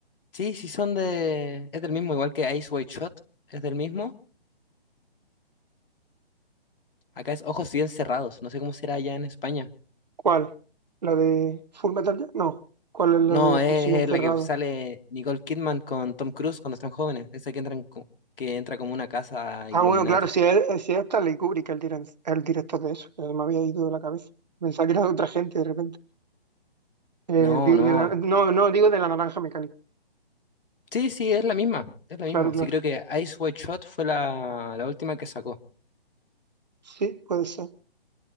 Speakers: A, on the left; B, on the right.
A: Sí, sí son de... Es del mismo, igual que Ice White Shot, es del mismo. Acá es Ojos Bien Cerrados, no sé cómo será allá en España.
B: ¿Cuál? ¿La de Full Metal? Ya- No, ¿cuál es la
A: No,
B: de Ojos
A: es,
B: siguen
A: es
B: cerrados?
A: la que sale Nicole Kidman con Tom Cruise cuando están jóvenes, esa que entra, co- que entra como una casa
B: Ah,
A: Illuminati.
B: bueno, claro, si es, eh, si es Stanley Kubrick el, diren- el director de eso, que me había ido de la cabeza. Pensaba que era de otra gente de repente. Eh,
A: No,
B: digo
A: no.
B: de la, no, no, digo de la naranja mecánica.
A: Sí, sí, es la misma, es la misma.
B: Claro, claro.
A: Sí, creo que Ice White Shot fue la, la última que sacó.
B: Sí, puede ser.